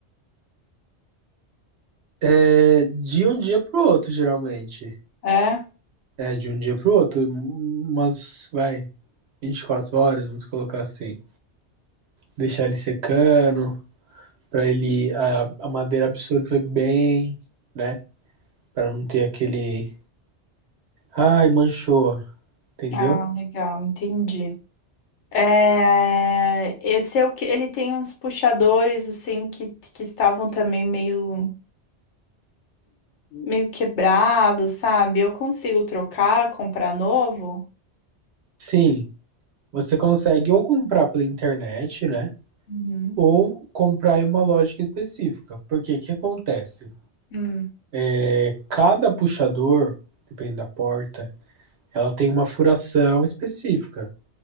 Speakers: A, on the right (about 70°); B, on the left (about 80°).
A: é, de um dia pro outro, geralmente.
B: É?
A: É, de um dia pro outro, um- umas, vai, 24 horas, vamos colocar assim. Deixar ele secando, para ele, a, a madeira absorver bem, né? para não ter aquele, ai, manchou. entendeu?
B: Ah, legal, entendi. É, esse é o que ele tem uns puxadores assim que, que estavam também meio. meio quebrado, sabe? Eu consigo trocar, comprar novo?
A: Sim, você consegue ou comprar pela internet, né?
B: Uhum.
A: Ou comprar em uma lógica específica. Porque o que acontece?
B: Hum.
A: É, cada puxador, depende da porta, ela tem uma furação específica.